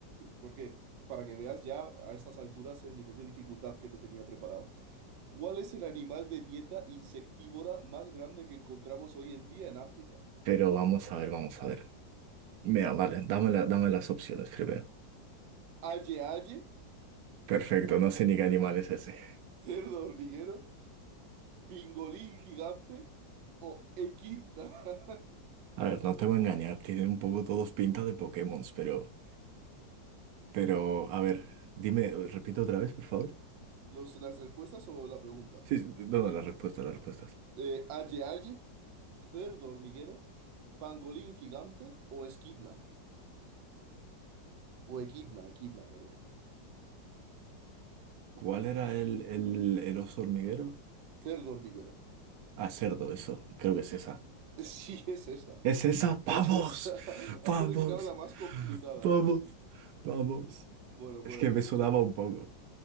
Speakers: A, on the right; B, on the right.
A: porque para que veas ya a estas alturas el nivel de dificultad que te tenía preparado. ¿Cuál es el animal de dieta insectívora más grande que encontramos hoy en día en África?
B: Pero vamos a ver, vamos a ver. Mira, vale, dame, la- dame las opciones primero.
A: ¿Aye aye?
B: Perfecto, no sé ni qué animal es ese.
A: ¿Cerdo hormiguero? ¿Pingolín gigante? ¿O equidna? <laughs>
B: A ver, no te voy a engañar, tienen un poco todos pinta de Pokémon, pero, pero, a ver, dime, repito otra vez, por favor.
A: Los, ¿las respuestas o la pregunta?
B: Sí, sí, no, no, las respuestas, las respuestas.
A: Eh, Aye Aye, Cerdo Hormiguero, Pangolín Gigante o Esquidna. O Equidna, Equidna, perdón.
B: ¿Cuál era el, el, el oso hormiguero?
A: Cerdo Hormiguero. <laughs>
B: Ah, cerdo, eso, creo que es esa.
A: Sí, es esa.
B: ¿Es esa?
A: Es
B: ¡Vamos!
A: esa. <laughs> Has
B: ¡Vamos!
A: adivinado la más complicada.
B: ¡Vamos!
A: eh, sí.
B: ¡Vamos!
A: Bueno,
B: Es
A: pues
B: que me sonaba
A: yo,
B: un poco.